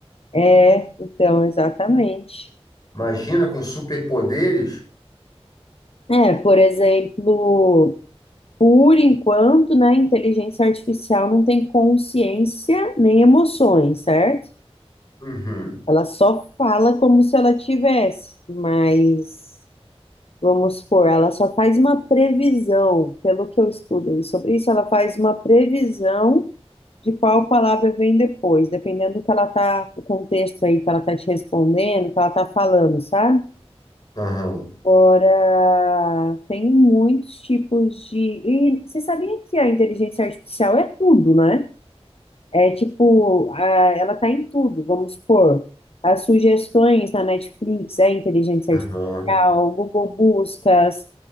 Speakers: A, on the left; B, on the left.
A: é. Então, exatamente.
B: Imagina com superpoderes.
A: É, por exemplo, por enquanto, né, a inteligência artificial não tem consciência nem emoções, certo?
B: Uhum,
A: Ela só fala como se ela tivesse, mas Vamos supor, ela só faz uma previsão, pelo que eu estudei sobre isso, ela faz uma previsão de qual palavra vem depois, dependendo do que ela tá, o contexto aí que ela tá te respondendo, que ela tá falando, sabe?
B: uhum,
A: Agora, tem muitos tipos de. E você sabia que a inteligência artificial é tudo, né? É tipo, a- ela tá em tudo, vamos supor. As sugestões na Netflix é inteligência
B: uhum,
A: artificial, o Google Buscas